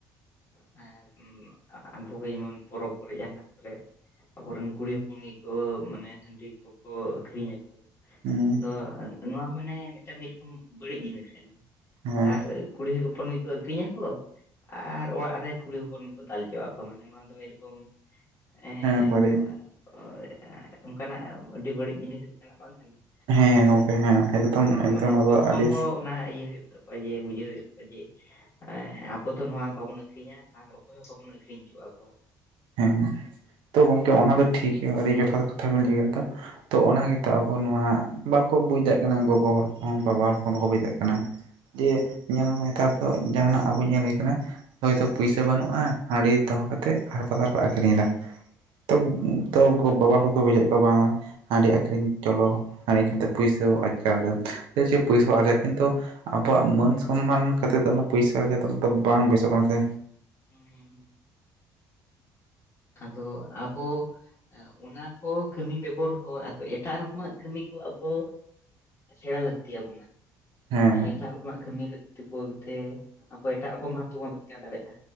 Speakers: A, on the left; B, on the right.
A: ᱦᱮᱸ ᱟᱵᱚᱜᱮ ᱡᱮᱢᱚᱱ ᱯᱚᱨᱚᱵᱽ ᱠᱚᱨᱮ ᱡᱟᱦᱟᱸᱱᱟᱜ ᱠᱚᱨᱮ ᱟᱛᱵᱚᱨᱮᱱ ᱠᱩᱲᱤ ᱦᱚᱯᱚᱱ ᱜᱮᱠᱚ ᱢᱟᱱᱮ ᱦᱟᱺᱰᱤ ᱠᱚᱠᱚ ᱟᱹᱠᱷᱨᱤ ᱧᱟᱠᱚ᱾
B: ᱦᱮᱸ
A: ᱟᱫᱚ ᱱᱚᱣᱟ ᱢᱟᱱᱮ ᱢᱤᱫᱴᱟᱝ ᱢᱤᱫᱨᱚᱠᱚᱢ ᱵᱟᱹᱲᱤᱡ ᱡᱤᱱᱤᱥ ᱠᱟᱱᱟ,
B: ᱦᱮᱸ
A: ᱟᱨ ᱠᱩᱲᱤ ᱦᱚᱯᱚᱱ ᱜᱮᱠᱚ ᱟᱹᱠᱷᱨᱤᱧᱟᱠᱚ ᱟᱨ ᱚᱲᱟᱜ ᱨᱮ ᱠᱩᱲᱤ ᱦᱚᱯᱚᱱ ᱜᱮᱠᱚ ᱫᱟᱞᱦᱚᱪᱚ ᱟᱠᱚ, ᱢᱟᱱᱮ ᱱᱚᱣᱟ ᱫᱚ ᱢᱤᱫᱨᱚᱠᱚᱢ ᱮᱸᱜ
B: ᱦᱮᱸ ᱵᱟᱹᱲᱤᱡ
A: <unintelligible> ᱚᱱᱠᱟᱱᱟᱜ ᱟᱹᱰᱤ ᱵᱟᱹᱲᱤᱡ ᱡᱤᱱᱤᱥ ᱞᱮᱠᱟᱱᱟᱜ ᱵᱟᱝ ᱠᱟᱱᱟ?
B: ᱦᱮᱸ
A: ᱱᱮ
B: ᱜᱚᱝᱠᱮ ᱦᱮᱸ ᱮᱠᱫᱚᱢ
A: ᱚᱱᱟ ᱦᱚᱸ
B: ᱮᱠᱫᱚᱢ
A: ᱢᱟᱱᱮ
B: ᱱᱚᱣᱟ
A: ᱠᱩᱲᱤ
B: ᱫᱚ
A: ᱦᱚᱯᱚᱱ
B: ᱟᱹᱰᱤ
A: ᱦᱚᱸ ᱚᱱᱟ ᱤᱭᱟᱹ ᱦᱩᱭᱩᱜ ᱛᱟ ᱠᱚᱣᱟ ᱤᱭᱟᱹ ᱵᱩᱡᱟᱹᱣ ᱦᱩᱭᱩᱜ ᱛᱟᱠᱚᱣᱟ ᱡᱮ ᱮᱸ ᱟᱵᱚ ᱫᱚ ᱱᱚᱣᱟ ᱵᱟᱵᱚᱱ ᱟᱹᱠᱷᱨᱤᱧᱟ, ᱟᱨ ᱚᱠᱚᱭ ᱦᱚᱸ ᱵᱟᱵᱚᱱ ᱟᱹᱠᱷᱨᱤᱧ ᱦᱚᱪᱚ ᱟᱠᱚᱣᱟ᱾
B: ᱦᱮᱸ ᱛᱚ ᱜᱚᱢᱠᱮ ᱚᱱᱟ ᱫᱚ ᱴᱷᱤᱠ ᱜᱮᱭᱟ ᱟᱹᱰᱤ ᱡᱚᱛᱷᱟᱛᱚ ᱠᱟᱛᱷᱟ ᱵᱤᱱ ᱞᱟᱹᱫᱟ᱾ ᱛᱚ ᱚᱱᱟ ᱜᱮᱛᱚ ᱟᱵᱚ ᱱᱚᱣᱟ ᱵᱟᱠᱚ ᱵᱩᱡᱽ ᱫᱮᱜ ᱠᱟᱱᱟ ᱜᱚᱜᱚ ᱦᱚᱲ ᱠᱚᱦᱚᱸ ᱵᱟᱵᱟ ᱦᱚᱲ ᱦᱚᱲ ᱵᱟᱠᱚ ᱵᱩᱡᱷ ᱫᱟᱲᱮᱭᱟᱜ ᱠᱟᱱᱟ᱾ ᱡᱮ ᱧᱮᱞᱢᱮ ᱱᱮᱛᱟᱨ ᱫᱚ ᱡᱟᱦᱟᱱᱟᱜ ᱟᱵᱚ ᱧᱮᱞ ᱦᱩᱭ ᱠᱟᱱᱟ ᱦᱳᱭᱛᱳ ᱯᱩᱭᱥᱟᱹ ᱵᱟᱹᱱᱩᱜᱼᱟ, ᱦᱟᱺᱰᱤ ᱫᱚᱦᱚ ᱠᱟᱛᱮᱫ ᱦᱟᱴᱯᱟᱛᱟ ᱨᱮᱠᱚ ᱟᱹᱠᱷᱨᱤᱧ ᱮᱫᱟ᱾ ᱛᱚ ᱛᱚ ᱜᱚ ᱵᱟᱵᱟ ᱦᱚᱲ ᱠᱚ ᱵᱩᱡᱷᱟᱹᱭᱮᱫ ᱠᱚᱣᱟ ᱵᱟᱝ ᱢᱟ ᱦᱟᱺᱰᱤ ᱟᱹᱷᱨᱤᱧ ᱪᱚᱞᱚ ᱦᱟᱺᱰᱤ ᱟᱹᱠᱷᱨᱤᱧ ᱛᱚ ᱯᱩᱭᱥᱟᱹ ᱟᱨᱡᱟᱣ ᱫᱟᱢ ᱴᱷᱤᱠᱟᱪᱷᱮ ᱯᱩᱭᱥᱟᱹ ᱟᱨᱡᱟᱣᱟ ᱠᱤᱱᱛᱩ ᱟᱵᱚᱣᱟᱜ ᱢᱟᱹᱱ ᱥᱚᱱᱢᱟᱱ ᱠᱷᱟᱹᱛᱤᱨ ᱫᱚ ᱚᱱᱟ ᱯᱩᱭᱥᱟᱹ ᱠᱟᱛᱷᱟ ᱫᱚ ᱵᱟᱝ ᱵᱮᱥᱚᱜ ᱠᱟᱱᱟ ᱥᱮ᱾
A: ᱦᱩᱸ ᱦᱩᱸ ᱦᱩᱸ, ᱟᱫᱚ ᱟᱵᱚ ᱚᱱᱟ ᱠᱚ ᱠᱟᱹᱢᱤ ᱵᱮᱜᱚᱨ ᱦᱚᱸ, ᱟᱫᱚ ᱮᱴᱟᱜ ᱨᱚᱠᱚᱢᱟᱜ ᱠᱟᱹᱢᱤ ᱠᱚ ᱟᱵᱚ ᱥᱮᱬᱟ ᱞᱟᱹᱠᱛᱤ ᱟᱵᱚᱱᱟ᱾
B: ᱦᱮᱸ
A: ᱢᱟᱱᱮ ᱮᱴᱟᱜ ᱨᱚᱠᱚᱢᱟᱜ ᱠᱟᱹᱢᱤ ᱞᱟᱹᱠᱛᱤ ᱵᱚᱞᱛᱮ, ᱟᱵᱚ ᱮᱴᱟᱜ ᱨᱚᱠᱚᱢ ᱵᱷᱟᱵ ᱛᱮᱵᱚᱱ ᱨᱳᱡᱽᱜᱟᱨ ᱫᱟᱲᱮᱭᱟᱜᱼᱟ᱾